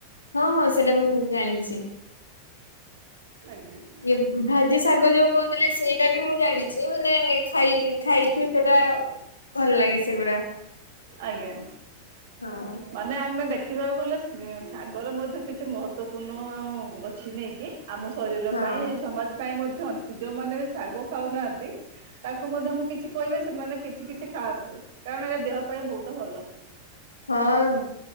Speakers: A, on the left; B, on the right.
A: ହଁ ହଁ ସେଟା ମୁଁ ଜାଣିଛି।
B: ଆଜ୍ଞା।
A: ଇଏ ଭାଜି ଶାଗ ଯୋଉ କହୁଥିଲେ ସେଇଟା ବି ମୁଁ ଜାଣିଛି ମାନେ ଖାଇ ଖାଇଛି ସେଟା ଭଲ ଲାଗେ ସେଗୁଡ଼ା।
B: ଆଜ୍ଞା।
A: ହଁ।
B: ମାନେ ଆମେ ଦେଖିବାକୁ ଗଲେ ଶାଗର ମଧ୍ୟ କିଛି ମହତ୍ଵପୂର୍ଣ୍ଣ ଆଛି ନେଇକି। ଆମ ଶରୀର
A: ହଁ
B: ପାଇଁ ସମାଜ ପାଇଁ ମଧ୍ୟ ଅଛି ଯୋଉମାନେ ବି ଶାଗ ଖାଉନାହାନ୍ତି ତାଙ୍କୁ ମଧ୍ୟ ମୁଁ କିଛି କହିବି ସେମାନେ କିଛି କିଛି ଖାଆନ୍ତୁ, କାରଣ ଏହା ଦେହ ପାଇଁ ବହୁତ ଭଲ।
A: ହଁ।